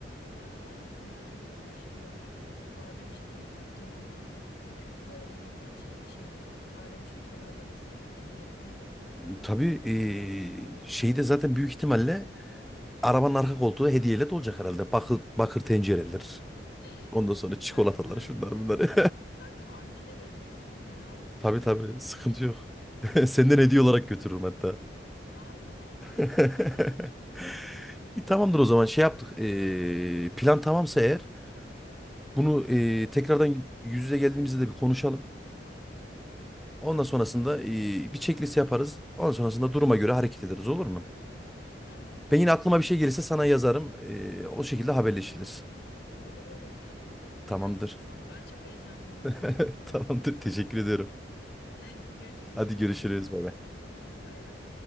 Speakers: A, on the left (about 75°); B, in the centre.
A: Bu arada Mardin'de bir de şey var. Badem şekeri var. Dönerken kök boyalı maden şek- şey badem şekeri alırız hediye. Ne diyorsun?
B: E, Tabii e, şeyde zaten büyük ihtimalle Arabanın arka koltuğu hediyeyle dolacak herhalde. Bakır, bakır tencereler.
A: <laughs>
B: Ondan sonra çikolataları
A: Galiba öyle
B: şunlar
A: olacak.
B: bunları.
A: Kanka annene götürürsün fena
B: <laughs>
A: mı?
B: Tabii tabii sıkıntı yok. <laughs> Senden hediye olarak götürürüm hatta.
A: Aynen
B: <laughs>
A: aynen.
B: İyi, Tamamdır o zaman şey yaptık. Ee, plan tamamsa eğer bunu ee, tekrardan yüz yüze geldiğimizde de bir konuşalım. Ondan
A: Tamam
B: sonrasında
A: kanka.
B: ee, bir checklist yaparız. Ondan sonrasında duruma göre hareket ederiz olur mu?
A: Tamam tamam
B: Ben yine aklıma
A: planımız
B: bir şey gelirse
A: hazır.
B: sana yazarım. Ee, o şekilde haberleşiriz.
A: Olur olur tabii.
B: Tamamdır.
A: Planımız hazır. Ay çok heyecanlıyım.
B: <laughs> Tamamdır. Teşekkür ediyorum.
A: <laughs> Hadi görüşürüz.
B: Hadi görüşürüz. Bay bay.
A: Bay bay.